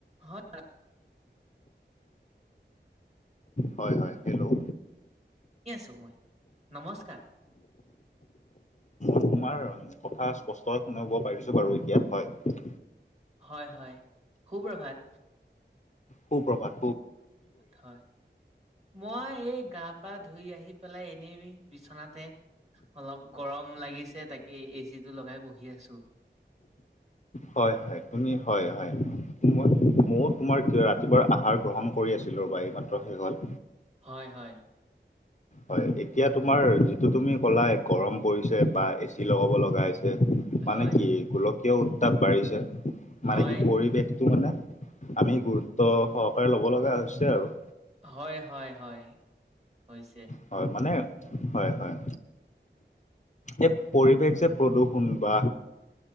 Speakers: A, on the right; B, on the left.
A: হয়
B: হয় হয় হেল্ল'
A: কি আছো মই নমস্কাৰ
B: তোমাৰ কথা
A: অ',
B: স্পষ্টকে শুনাব পাৰিছো বাৰু এতিয়া হয়
A: হয় হয় সুপ্ৰভাত
B: সু প্ৰভাত
A: হয় মই এই গাপ পা ধুই আহি পেলাই এনেই বিছনাতে অলপ গৰম লাগিছে তাকে এচি টো লগাই বহি আছো
B: হয় হয় তুমি হয় হয় মই ময়ো তোমাৰ কি অ ৰাতিপুৱাৰ আহাৰ গ্ৰহণ কৰি আছিলোঁ ৰবা এই মাত্ৰ শেষ হ'ল
A: হয় হয়
B: হয় এতিয়া তোমাৰ যিটো তুমি কলা গৰম পৰিছে বা এচি লগাব লগা হৈছে
A: হয়,
B: মানে কি গোলকীয় উত্তাপ বাঢ়িছে
A: হয়,
B: মানে কি পৰিৱেশটো
A: উম,
B: মানে আমি গুৰুত্ব সহকাৰে ল'ব লগা হৈছে আৰু
A: হয় হয় হয় হৈছে।
B: হয় মানে হয় হয় এই পৰিৱেশ যে প্ৰদূষণ বা